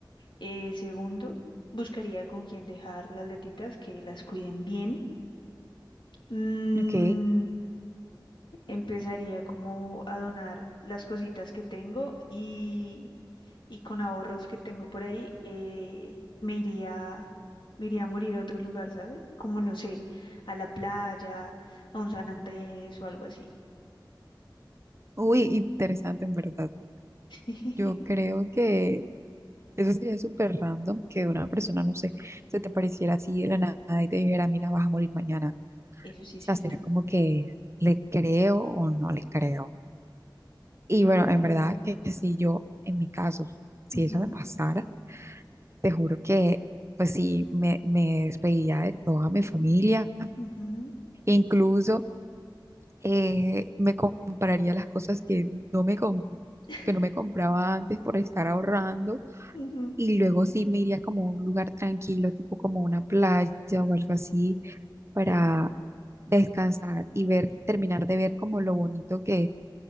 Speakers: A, on the left; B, on the right.
A: Eh, segundo, buscaría con quién dejar las gatitas, que las cuiden bien. Mm,
B: ok.
A: empezaría como a donar las cositas que tengo y, y con ahorros que tengo por ahí, eh, me iría, me iría a morir a otro lugar, ¿sabes? Como no sé, a la playa, a un San Andrés o algo así.
B: Uy, interesante en verdad.
A: <laughs>
B: Yo creo que eso sería súper random que una persona, no sé, se te pareciera así de la nada y te dijera, mira, vas a morir mañana.
A: Eso sí
B: O
A: es
B: sea,
A: cierto.
B: será como que le creo o no le creo. Y bueno,
A: Ok.
B: en verdad que si yo, en mi caso, si
A: Ujú,
B: eso me pasara, te juro que, pues sí, me, me despediría de toda mi familia.
A: ujú,
B: Incluso... eh, me compraría las cosas que no me, com-
A: <laughs>
B: que no me compraba antes por estar ahorrando
A: Ujú.
B: y luego sí me iría como a un lugar tranquilo, tipo como una playa o algo así, para
A: Sí,
B: descansar y ver, terminar de ver como lo bonito que